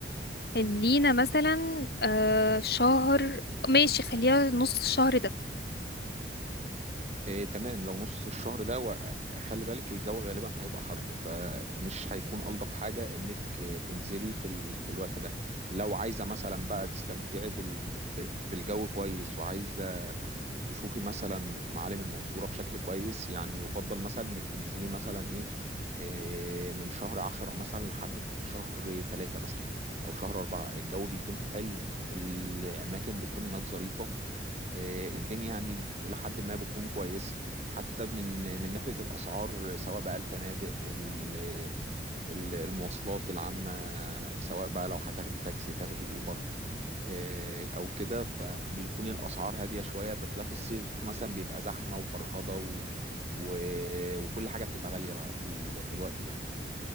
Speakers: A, on the left (about 60°); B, on the right (about 40°).
A: خلينا مثلا آه شهر ماشي خليها نص الشهر ده
B: إيه تمام لو نص الشهر ده وخلي بالك الجو غالبا هيبقى حر فمش هيكون ألطف حاجة إنك آه، تنزلي في ال... في الوقت ده لو عايزة مثلا بقى تستمتعي بال... ب- بالجو كويس وعايزة تشوفي مثلا معالم المنصورة بشكل كويس يعني يفضل مثلا إنك تنزلي مثلا إيه إيه، من شهر عشرة مثلا لحد شهر تلاتة مثلا أو شهر أربعة الجو بيكون حلو الأماكن بتكون هناك ظريفة آه، الدنيا يعني إلى حد ما بتكون كويسة حتى من من ناحية الأسعار سواء بقى الفنادق ال- ال- المواصلات العامة سواء بقى لو هتاخدي تاكسي تاخدي أوبر آه، أو كده فبيكون الأسعار هادية شوية بخلاف الصيف مثلا بيبقى زحمة وفرهضة و... و... وكل حاجة بتبقى غالية في ال... في الوقت ده